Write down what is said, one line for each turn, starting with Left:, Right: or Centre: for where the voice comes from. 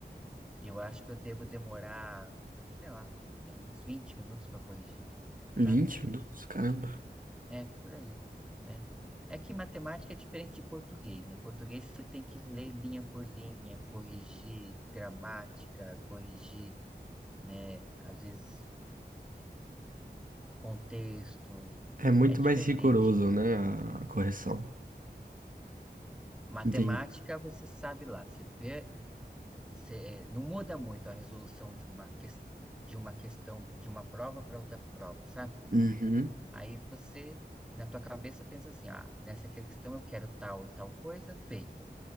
Centre: eu acho que eu devo demorar, sei lá, é, uns 20 minutos para corrigir, sabe?
Right: vinte minutos, caramba.
Centre: É por aí, né? É que matemática é diferente de português, né? Português você tem que ler linha por linha, corrigir gramática, corrigir, né? Às vezes o contexto
Right: É muito
Centre: é diferente.
Right: mais rigoroso, né? A a correção.
Centre: Matemática,
Right: Entendi.
Centre: você sabe lá, você vê, você- é, não muda muito a resolução de uma, ques- de uma questão, de uma prova para outra prova, sabe?
Right: Uhum.
Centre: Aí você, na tua cabeça, pensa assim, ah, nessa questão eu quero tal e tal coisa feita.